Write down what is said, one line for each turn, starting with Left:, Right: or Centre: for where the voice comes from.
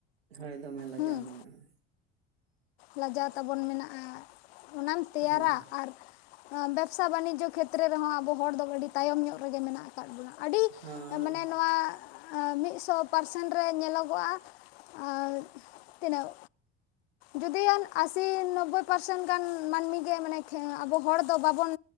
Right: ᱦᱳᱭ ᱫᱚᱢᱮ ᱞᱟᱡᱟᱣ
Left: ᱦᱮᱸ
Right: ᱢᱮᱱᱟᱜᱼᱟ᱾
Left: ᱞᱟᱡᱟᱣ ᱛᱟᱵᱚᱱ ᱢᱮᱱᱟᱜᱼᱟ, ᱚᱱᱟᱢ ᱛᱮᱭᱟᱨᱟ
Right: ᱦᱮᱸ
Left: ᱟᱨ ᱱᱚᱣᱟ ᱵᱮᱵᱽᱥᱟ ᱵᱟᱱᱤᱡᱡᱚ ᱠᱷᱮᱛᱨᱮ ᱨᱮᱦᱚᱸ ᱟᱵᱚ ᱦᱚᱲ ᱫᱚ ᱟᱹᱰᱤ ᱛᱟᱭᱚᱢ ᱧᱚᱜ ᱨᱮᱜᱮ ᱢᱮᱱᱟᱜ-ᱟ᱾ ᱠᱟᱫ ᱵᱚᱱᱟ ᱟᱹᱰᱤ
Right: ᱦᱚᱸ
Left: ᱢᱟᱱᱮ ᱱᱚᱣᱟ ᱟ ᱢᱤᱫᱥᱚ ᱯᱟᱨᱥᱮᱱ ᱨᱮ ᱧᱮᱞᱚᱜᱚᱜᱼᱟ ᱟ, ᱛᱤᱱᱟᱹᱜ ᱡᱫᱤᱭᱟᱱ ᱟᱥᱤ ᱱᱳᱵᱵᱳᱭ ᱯᱟᱨᱥᱮᱱ ᱜᱟᱱ ᱢᱟᱹᱱᱢᱤ ᱜᱮ ᱢᱟᱱᱮ ᱠᱷᱮ ᱟᱵᱚ ᱦᱚᱲ ᱫᱚ ᱵᱟᱵᱚᱱ